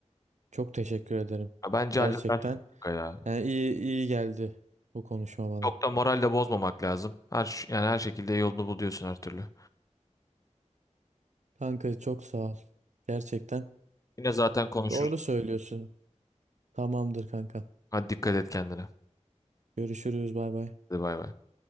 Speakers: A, on the right; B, on the left.
A: Çok teşekkür ederim.
B: Ya Bence
A: Gerçekten
B: halledersin kanka ya.
A: yani iyi iyi geldi bu konuşma bana.
B: Çok da moral de bozmamak lazım. Her ş- yani her şekilde yolunu buluyorsun her türlü.
A: Kanka çok sağ ol. Gerçekten.
B: Yine zaten konuşuruz.
A: Doğru söylüyorsun. Tamamdır kanka.
B: Hadi dikkat et kendine.
A: Görüşürüz. Bay bay.
B: Hadi bay bay.